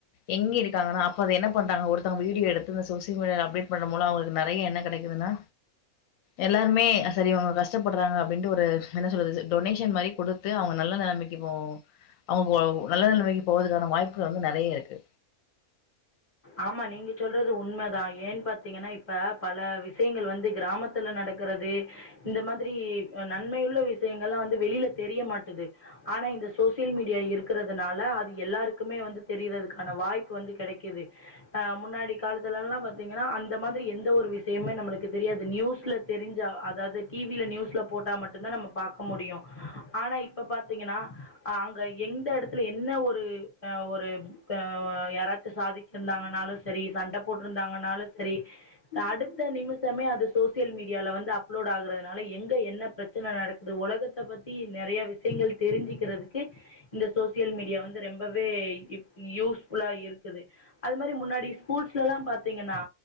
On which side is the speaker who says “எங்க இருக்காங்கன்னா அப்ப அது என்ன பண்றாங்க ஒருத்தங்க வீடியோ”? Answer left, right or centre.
Left